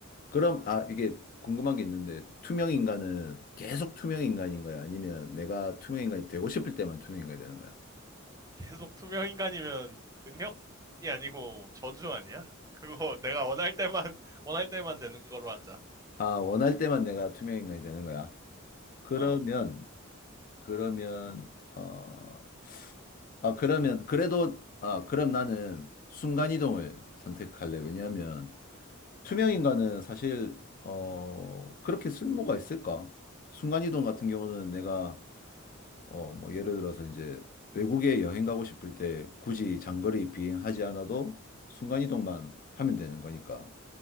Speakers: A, on the left (about 40°); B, on the right (about 15°).
A: 그럼 아, 이게 궁금한 게 있는데 투명 인간은 계속 투명 인간인 거야? 아니면 내가 투명 인간이 되고 싶을 때만 투명 인간이 되는 거야?
B: 계속 투명 인간이면 능력이 아니고 저주 아니야? 그거 <laughs> 내가 원할 때만, <laughs> 원할 때만 되는 거로 하자.
A: 아, 원할 때만 내가 투명 인간이 되는 거야? 그러면
B: 어.
A: 그러면 어, 아 그러면 그래도 아 그럼 나는 순간이동을 선택할래. 왜냐하면 투명 인간은 사실 어 그렇게 쓸모가 있을까? 순간이동 같은 경우는 내가 어 뭐 예를 들어서 이제 외국에 여행 가고 싶을 때 굳이 장거리 비행하지 않아도 순간이동만 하면 되는 거니까